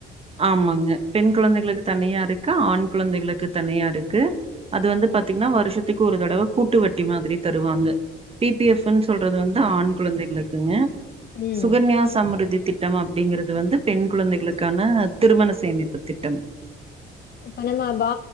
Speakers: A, on the right; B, on the left.
A: ஆமாங்க பெண் குழந்தைகளுக்கு தனியா இருக்கு ஆண் குழந்தைகளுக்கு தனியா இருக்கு அது வந்து பாத்தீங்ன்னா வருஷத்துக்கு ஒரு தடவ கூட்டுவட்டி மாதிரி தருவாங்க பி பி எஃப்ன்னு சொல்றது வந்து ஆண் கொழந்தைகளுக்குங்க
B: ம்
A: சுகன்யா சம்ருதி திட்டம் அப்படிங்கறது வந்து பெண் குழந்தைகளுக்கான திருமண சேமிப்புத் திட்டம்
B: <inaudible> இப்ப நம்ப பா